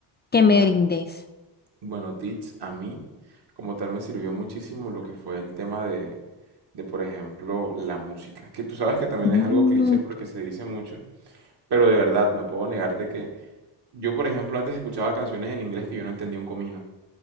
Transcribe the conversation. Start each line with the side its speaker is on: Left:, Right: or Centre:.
Left: que
Right: Bueno.
Left: me brindes?
Right: Bueno, Teach, a mí como tal me sirvió muchísimo lo que fue el tema de, de, por ejemplo, la música, que tú sabes que también
Left: Mm.
Right: es algo cliché porque se dice mucho, pero de verdad no puedo negarte que yo, por ejemplo, antes escuchaba canciones en inglés que yo no entendía un comino